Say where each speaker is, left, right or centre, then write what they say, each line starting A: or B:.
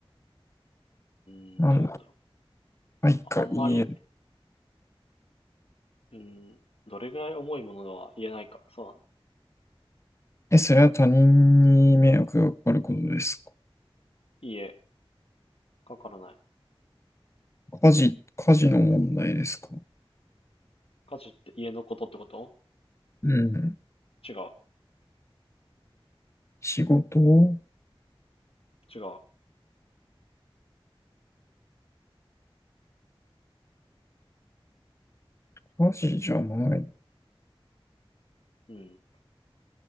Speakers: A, on the left (about 75°); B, on the left (about 30°).
A: うーん、
B: なんだ、
A: どうなんだろ
B: はいか言える。
A: う。まあんまり、うーん、どれぐらい重いものとは言えないか。そうだね。
B: え、それは他人に迷惑がかかることですか
A: 家、かからない。
B: 家事、家事の問題ですか
A: 家事って家のことってこと
B: うん。
A: 違う。
B: 仕事を
A: 違う。
B: 家事じゃない。
A: うん。